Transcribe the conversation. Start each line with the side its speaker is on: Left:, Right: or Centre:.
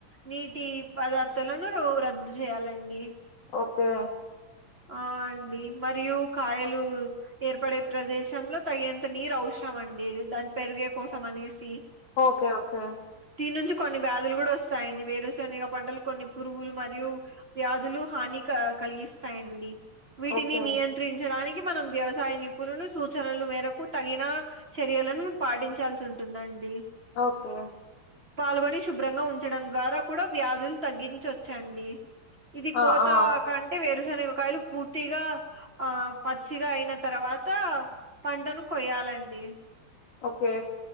Right: నీటి పదార్థాలను రద్దు చేయాలండి
Left: ఓకే
Right: ఆ అండి మరియు కాయలు ఏర్పడే ప్రదేశంలో తగినంత నీరు అఔస ఇం అండి దాని పెరిగే కోసం అనేసి
Left: ఓకే ఓకే
Right: దీని నుంచి కొన్ని వ్యాధులు కూడా వస్తాయండి వేరే శనిగా పంటలు కొన్ని పురుగులు మరియు వ్యాధులు హాని కలిగిస్తాయిడి వీటిని
Left: ఓకే
Right: నియంత్రించడానికి మనం వ్యవసాయ నిపుణులు సూచనలు మేరకు తగిన చర్యలను పాటించాల్సి ఉంటుందండి
Left: ఓకే
Right: పాల్గొని శుభ్రంగా ఉంచడం ద్వారా కూడా వ్యాధులు తగ్గించొచ్చండి ఇది
Left: ఆ
Right: కోతా
Left: ఆ
Right: కంటే వేరే శనియలు పూర్తిగా ఆ పచ్చిగా అయిన తర్వాత పంటను కొయ చాలండి
Left: ఓకే